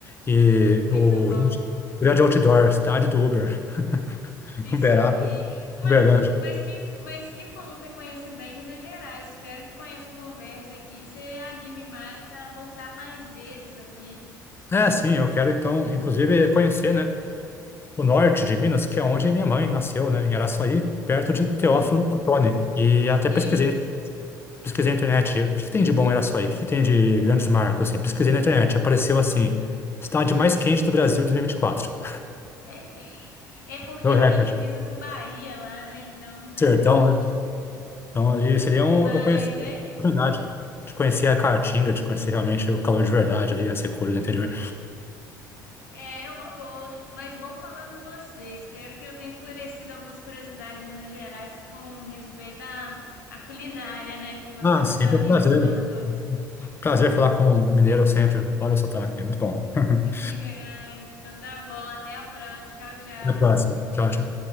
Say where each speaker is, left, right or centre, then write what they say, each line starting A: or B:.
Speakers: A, on the left; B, on the left.
A: E
B: muito
A: o
B: bom.
A: grande, grande outdoor, cidade do Uber, <laughs>
B: Isso
A: Uberaba,
B: aí. Mas,
A: Uberlândia.
B: mas que, mas que bom, você conhece bem Minas Gerais. Espero que com essa conversa aqui você anime mais a voltar mais vezes aqui.
A: É, sim, eu quero então, inclusive, conhecer, né, o norte de Minas, que é onde minha mãe nasceu, né, em Araçuaí, perto de Teófilo
B: Isso,
A: Otoni. E até
B: isso.
A: pesquisei, pesquisei na internet, o que que tem de bom em Araçuaí? O que que tem de grandes marcos, assim? Pesquisei na internet, apareceu assim, cidade mais quente do Brasil de 2024. <laughs>
B: É, é é porque
A: Meu
B: é
A: recorde.
B: bem divisa com Bahia lá, né? Então é
A: Sertão,
B: bem quente
A: né?
B: mesmo.
A: Então ali seria um,
B: Mas
A: eu conheci
B: é
A: a
B: isso.
A: oportunidade de conhecer a Caatinga, de conhecer realmente o calor de verdade ali, a secura do interior.
B: É é uma boa, mas bom falar com você. Espero que eu tenha esclarecido algumas curiosidades de Minas Gerais com respeito à, à culinária, né? Que você
A: Ah,
B: não
A: sempre
B: sabia
A: um prazer.
B: de algumas coisas.
A: Prazer falar com um mineiro sempre. Olha o sotaque, é muito bom.
B: <laughs>
A: <laughs>
B: Então tá bom, até a próxima. Tchau, tchau.
A: Até a próxima. Tchau, tchau.